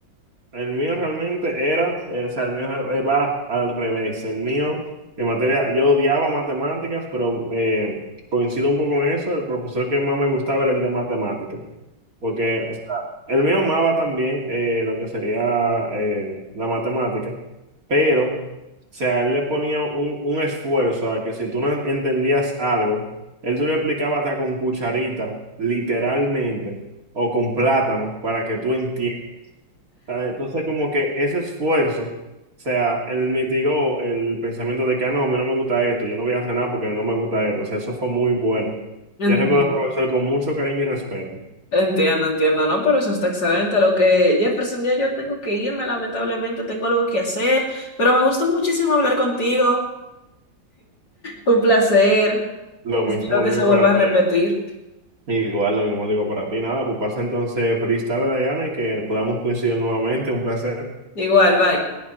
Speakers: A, on the right (about 45°); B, on the left (about 55°).
A: El mío realmente era, eh, o sea, el mío eh, va al revés. El mío, en materia, yo odiaba matemáticas, pero eh, coincido un poco en eso. El profesor que más me gustaba era el de matemáticas, porque, o sea, el mío amaba también eh, lo que sería eh, la matemática, pero, o sea, él le ponía un, un esfuerzo a que si tú no entendías algo, él te lo explicaba hasta con cucharita, literalmente, o con plátano, para que tú entiendas. Ah, Entonces, como que ese esfuerzo, o sea, él mitigó el pensamiento de que, "Ah, no, a mí no me gusta esto, yo no voy a hacer nada porque no me gusta esto. O sea, eso fue muy bueno.
B: Ok.
A: Yo recuerdo al profesor con mucho cariño y respeto.
B: Entiendo, entiendo, ¿no? Pero eso está excelente. Lo que, Jefferson, ya yo tengo que irme, lamentablemente, tengo algo que hacer, pero me gustó muchísimo hablar contigo. Un placer.
A: Lo mismo
B: Espero que
A: digo
B: se vuelva
A: para
B: a repetir.
A: ti, igual lo mismo digo para ti. Nada, pues pasa entonces freestyle, Diana, y que podamos coincidir nuevamente. Un placer.
B: Igual, bye.